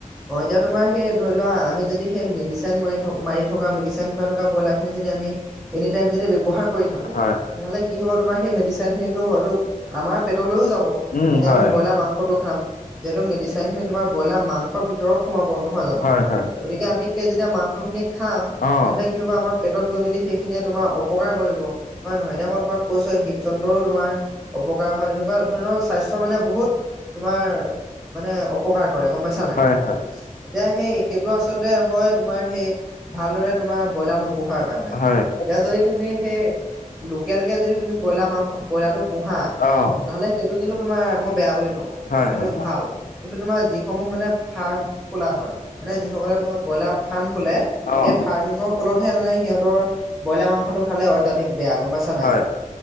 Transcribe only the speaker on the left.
হয়।
উম
হয়।
হয়
হয়।
অ'।
হয় হয়
হয়
অ'।
হয়
হয়।
অ'।
হয়।